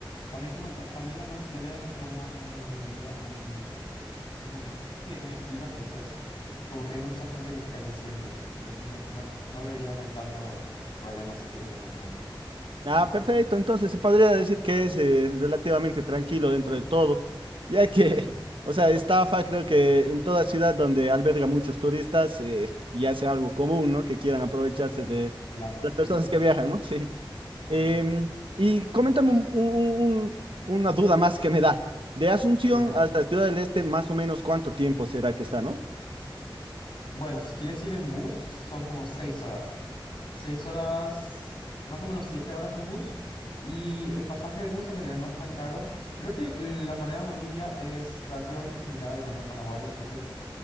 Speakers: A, on the left; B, on the right.
A: También, que me- también la noche, la vida nocturna es muy, muy viva, muy, es muy, sí, es muy activa, entonces como que hay mucha gente en las calles siempre, entonces no, no, no deberías de tener tanto problema si quieres salir de noche también.
B: Ah, perfecto. Entonces se podría decir que es eh, relativamente tranquilo dentro de todo, ya que,
A: Ujú.
B: <laughs> o sea, estafa creo que en toda ciudad donde alberga muchos turistas eh, ya sea algo común, ¿no? Que quieran aprovecharse de
A: Claro,
B: las
A: sí,
B: personas
A: sí,
B: que
A: sí.
B: viajan, ¿no? Sí.
A: Ajá.
B: Em, y coméntame un- un- un- una duda más que me da. De Asunción
A: Dime, dime.
B: hasta Ciudad del Este, más o menos cuánto tiempo será que está, ¿no?
A: Bueno, si quieres ir en bus, son como seis horas. Seis horas, más o menos siete horas en bus. Y el pasaje de bus en realidad no es tan caro. Creo que el- la moneda en Bolivia es relativamente similar a la moneda en Paraguay, entonces